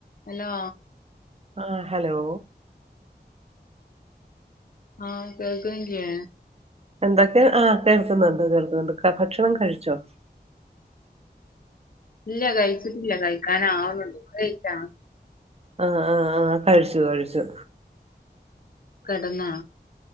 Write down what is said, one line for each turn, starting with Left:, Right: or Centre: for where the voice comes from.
Left: Hello
Right: ആഹ് hello
Left: ആഹ് കേൾക്ക്ന്നില്ല്യേ
Right: എന്തൊക്കെ ആഹ് കേൾക്കുന്നുണ്ട് കേൾക്കുന്നുണ്ട് ക ഭക്ഷണം കഴിച്ചോ?
Left: ഇല്ല കഴിച്ചിട്ടില്ല കഴിക്കാനാവ്ണുള്ളൂ ഇങ്ങള് കഴിച്ചാ?
Right: ആഹ് ആഹ് ആഹ് കഴിച്ചു കഴിച്ചു.
Left: കെടന്നാ